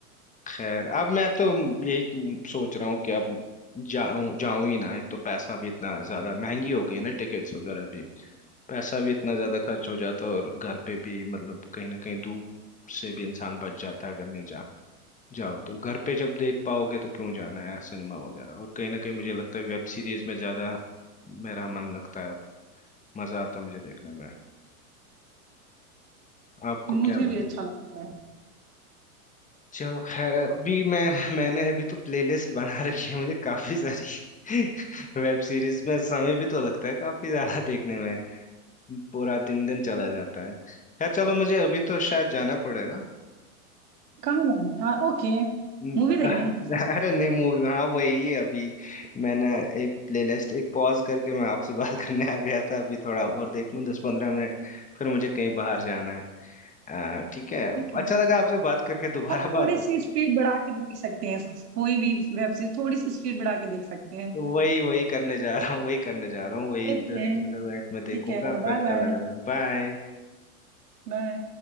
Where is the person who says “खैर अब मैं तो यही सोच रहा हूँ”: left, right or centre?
Left